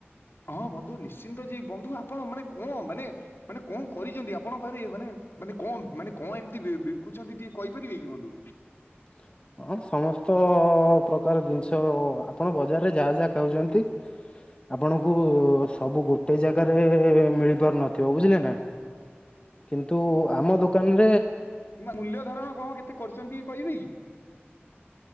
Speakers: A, on the left; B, on the left.
A: ହଁ ବନ୍ଧୁ ନିଶ୍ଚିନ୍ତ ଯେ ବନ୍ଧୁ ଆପଣ ମାନେ କଣ ମାନେ ମାନେ କଣ କରିଛନ୍ତି ଆପଣଙ୍କ ପାଖରେ ମାନେ ମାନେ କଣ ମାନେ କଣ ଏମିତି ବିକୁଛନ୍ତି ଟିକେ କହିପାରିବେ କି ଟିକେ ବନ୍ଧୁ?
B: <inaudible> ହଁ ସମସ୍ତ ପ୍ରକାର ଜିନିଷ ଆପଣ ବଜାରରେ ଯାହା ଯାହା ଖାଉଛନ୍ତି ଆପଣଙ୍କୁ ସବୁ ଗୋଟେ ଜାଗାରେ ମିଳି ପାରୁନଥିବ ବୁଝିଲେ ନା କିନ୍ତୁ ଆମ ଦୋକାନରେ
A: ମୂଲ୍ୟ ଧରଣ କଣ କେତେ କରିଛନ୍ତି ଟିକେ କହିବେ କି?